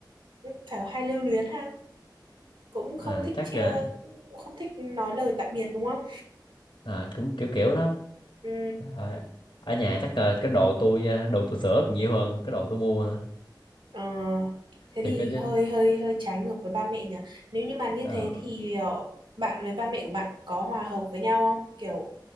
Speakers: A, on the right (about 85°); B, on the left (about 80°).
A: kiểu hay lưu luyến ha cũng không
B: à,
A: thích
B: chắc
A: chia
B: ờ,
A: cũng không thích nói lời tạm biệt đúng không
B: à, cũng kiểu kiểu đó
A: ừ.
B: Trời ơi, ở nhà chắc ờ, cái đồ tôi ờ, đồ tôi sửa còn nhiều hơn cái đồ tôi mua nữa
A: ờ, thế
B: thiệt
A: thì
B: đó chứ
A: hơi hơi hơi trái ngược với ba mẹ nhỉ nếu như mà như
B: Ờ.
A: thế thì ờ, bạn với ba mẹ của bạn có hòa hợp với nhau không kiểu